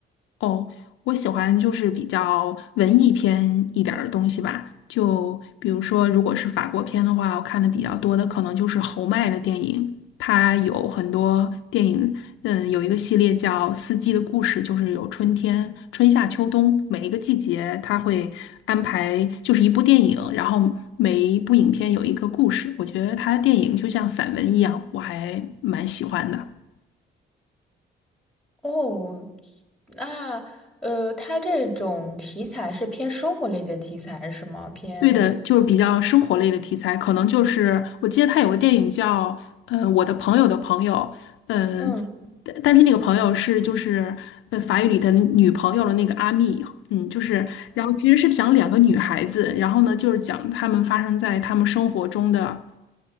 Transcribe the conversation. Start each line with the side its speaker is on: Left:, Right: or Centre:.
Left: 哦，我喜欢就是比较文艺片一点儿的东西吧，就比如说，如果是法国片的话，我看的比较多的可能就是侯麦的电影，他有很多电影，嗯，有一个系列叫《四季的故事》，就是有春天、春夏秋冬，每一个季节他会安排就是一部电影，然后每一部影片有一个故事，我觉得他的电影就像散文一样，我还蛮喜欢的。
Centre: 哦，那呃，它这种题材是偏生活类的题材是吗？偏，
Left: 对的，就是比较生活类的题材，可能就是我记得他有个电影叫呃《我的朋友的朋友》，嗯、
Centre: 嗯。
Left: 但但是那个朋友是就是呃法语里的女朋友的那个阿蜜，嗯，就是然后其实是讲两个女孩子，然后呢就是讲她们发生在她们生活中的。